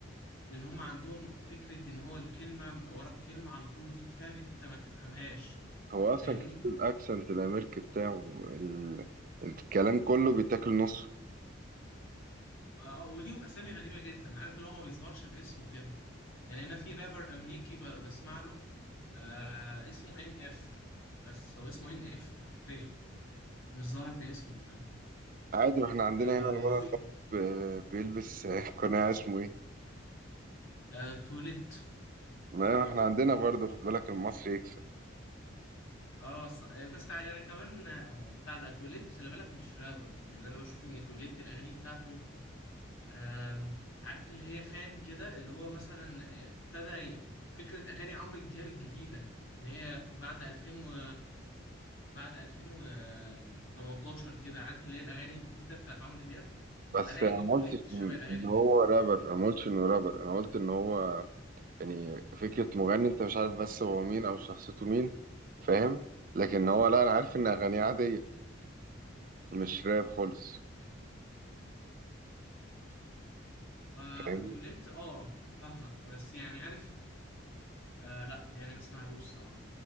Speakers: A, on the left (about 90°); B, on the right (about 40°).
A: لان هم عندهم فكره ان هو الكلمه ورا الكلمه على طول دي فاهم انت ما تفهمهاش
B: هو اصلا
A: فاهمني
B: كمان الاكسنت الامريكي بتاعه ال... الكلام كله بيتاكل نصه
A: آه، آه، وليهم اسامي غريبه جدا عارف اللي هو ما بيظهرش باسمه كده يعني انا في رابر امريكي ب- بسمع له آه اسمه ان اف بس هو اسمه ان اف حرفيا مش ظاهر باسمه فاهم
B: عادي ما احنا عندنا
A: آه
B: هنا الولد
A: في
B: اللي هو ب- بيلبس <laughs> قناع اسمه ايه
A: آه توليت
B: ما احنا عندنا برضه خد بالك المصري يكسب
A: اه ص- آه، بس يعني كمان آه، بتاع ده توليت خلي بالك مش رابر يعني انا بشوف ان توليت الاغاني بتاعته آم، عارف اللي هي فان كده اللي هو مثلا آه، ابتدى ي- فكرة أغاني عمرو دياب الجديدة اللي هي بعد 2000 و بعد 2018 كده عارف اللي هي الأغاني الجديدة بتاعت عمرو دياب
B: بس
A: بلاقي
B: انا
A: إن
B: ما
A: توليت
B: قلتش
A: شبه
B: ان
A: الأغاني
B: إن هو
A: دي
B: رابر انا ما قلتش انه رابر انا قلت ان هو يعني فكرة مغني انت مش عارف بس هو مين او شخصيته مين فاهم لكن هو لا انا عارف ان اغانيه عادية مش راب خالص
A: آه
B: فاهمني
A: توليت آه فاهمك بس يعني عارف آه لا يعني ما اسمعلوش صراحة